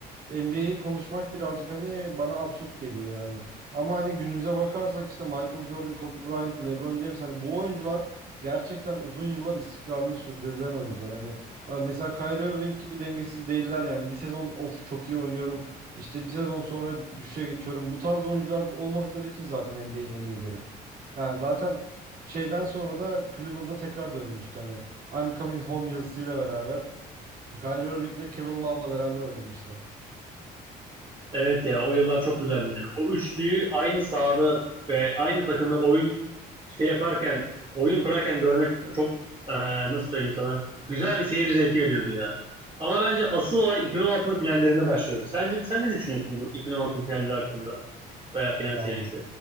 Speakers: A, on the right; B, on the right.
A: NBA'yi konuşmak birazcık hani bana absürt geliyor yani. Ama hani günümüze bakarsak işte Michael Jordan, Kobe Bryant, LeBron James hani bu oyuncular gerçekten uzun yıllar istikrarını sürdürebilen oyuncular. Hani e, mesela Kyrie Irving gibi dengesiz değiller yani. Bir sezon of çok iyi oynuyorum. işte bir sezon sonra düşüşe geçiyorum. Bu tarz oyuncular olmadıkları için zaten NBA'nin en iyileri. Yani zaten şeyden sonra da Cleveland'a tekrar dönmüştü hani I'm Coming Home yazısıyla beraber. Kyrie Irving ve Kevin Love'la beraber oynamıştı.
B: Evet ya o yıllar çok güzeldi yani. O üçlüyü aynı sahada ve aynı takımda oyun şey yaparken, oyun kurarken görmek çok eee, nasıl söyleyeyim sana güzel bir seyir zevki veriyordu ya. Ama bence asıl olay 2016'nın finallerinde başlıyor. Sence sen ne düşünüyorsun bu 2016'nın finalleri hakkında veya final
A: Ya
B: serisi?